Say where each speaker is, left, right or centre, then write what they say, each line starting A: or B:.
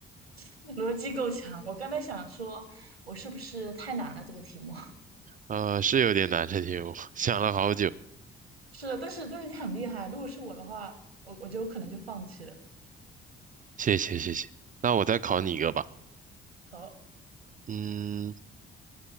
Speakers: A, on the right; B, on the right.
A: <laughs> 逻辑够强。我刚才想说，我是不是太难了这个题目？
B: 呃，是有点难这题，我想了好久。
A: <laughs> 是的，但是但是你很厉害啊。如果是我的话，我我就可能就放弃了。
B: 谢谢谢谢，那我再考你一个吧。
A: 好，
B: 嗯，